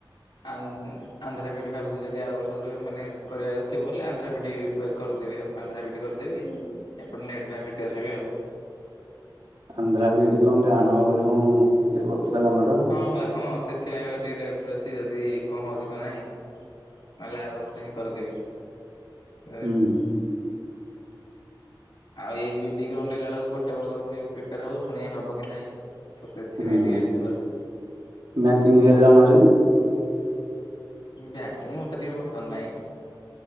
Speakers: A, on the left; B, on the right.
A: ଆଉ ଆନ୍ଧ୍ରା ବିଡ୍ ଭାବୁଛି ଯଦି ଆର ବର୍ଷକୁ ମାନେ କରିବାକୁ ଥିବ ବୋଲେ ଆନ୍ଧ୍ରା ବିଡ୍ କରିଦେବି ଆଉ ଆନ୍ଦ୍ରା ବିଡ୍ କରିି ଦେବି ଏପଟେ ନେଟ୍ ପାଇଁ ପ୍ରିପେୟାର ହେବି ଆଉ।
B: ଆନ୍ଧ୍ର ବିଡ୍ କଣ ବାନ୍ ହେବ ବୋଲି କଣ ଇଏ କରୁଥିଲା ଗଭର୍ଣ୍ଣମେଣ୍ଟର।
A: ହଁ ବା ହଁ ସେଥିପାଇଁ ବା ଟିକେ ଡାଉଟ ରେ ଅଛି ଯଦି କଣ ହଉଛି କଣ ନାଇଁ। ନହେଲେ ଆର ବର୍ଷ ହିଁ କରିଦେବି ଦିନ।
B: ହୁଁ
A: ଆଉ ଏଇ ବିଡି ଅନେଇଲା ବେଳକୁ ଗୋଟେ ବର୍ଷ ପୁଣି ପ୍ରିପେୟାର ହବ ପୁଣି ହବ କି ନାଇଁ? ତ ସେଥିପାଇଁ
B: ହୁଁ
A: ଟିକେ ଇଏ ଲାଗୁଚି
B: ବ୍ୟାଙ୍କିଙ୍ଗ ଇଏରେ
A: ପିଲାପ
B: ଯାଉନ ହାରି
A: ବ୍ୟାଙ୍କିଙ୍ଗ ମତେ ଟିକେ ପସନ୍ଦ ନାହିଁ